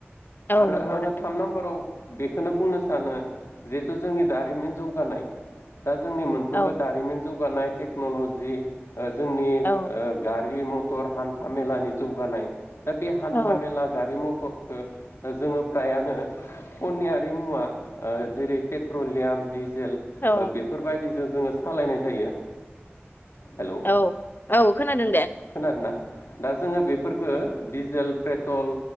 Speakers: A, on the left; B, on the left.
A: औ
B: आरो
A: नंगौ
B: आङो
A: नोंथां।
B: थाम नाम्बाराव बेखौनो बुंनो सानो जिहेथु जोंनि दारिमिन जौगानाय दा जोंनि मोनफ्रोमबो
A: औ
B: दारिमिन जौ गानाय टेक्न'लजि जोंनि ओ
A: औ
B: गारि मथ थर हान्था मेलानि जौगानाय दा बे हान्था
A: औ
B: मेला गारि मथ थर जोङो फ्रायानो। खनियारि मुवा ओ जेरै पेट्रलियाम दिज जेल
A: औ
B: बेफोरबायदि जों जोङो सालायनाय जायो हेलौ
A: औ औ खोनादों दे ।
B: खोनादोंना दा जोङो बेफोरफोरखो डिजेल पेट्रल